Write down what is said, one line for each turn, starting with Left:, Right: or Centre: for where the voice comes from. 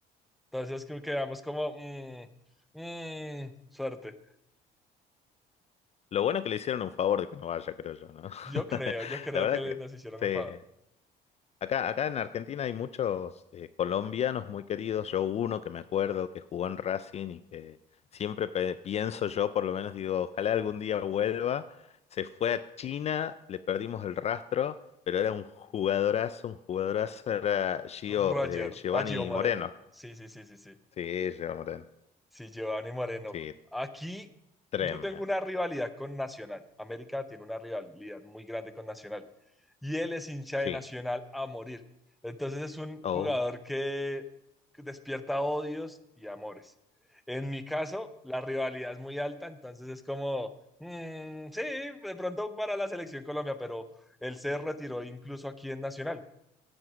Centre: Entonces creo que quedamos como, mmm, mmm, suerte.
Left: Lo bueno que le hicieron un favor de que no vaya, creo yo, ¿no? <laughs>
Centre: Yo creo, yo creo
Left: La verdad
Centre: que
Left: que
Centre: nos hicieron
Left: sí.
Centre: un favor.
Left: Acá, acá en Argentina hay muchos eh, colombianos muy queridos. Yo uno que me acuerdo que jugó en Racing y que siempre pe- pienso yo, por lo menos digo, ojalá algún día vuelva. Se fue a China, le perdimos el rastro, pero era un jugadorazo, un jugadorazo, era Gio,
Centre: Roger,
Left: eh, Giovanni
Centre: a Gio Moreno.
Left: Moreno.
Centre: Sí, sí, sí, sí, sí.
Left: Sí, Jordan.
Centre: Sí, Giovanni Moreno.
Left: Sí,
Centre: Aquí
Left: tremendo.
Centre: yo tengo una rivalidad con Nacional. América tiene una rivalidad muy grande con Nacional. y él es hincha
Left: Sí.
Centre: de Nacional a morir. Entonces es un
Left: Oh,
Centre: jugador que despierta odios y amores. En mi caso, la rivalidad es muy alta, entonces es como, mm, sí, de pronto para la selección Colombia, pero él se retiró incluso aquí en Nacional,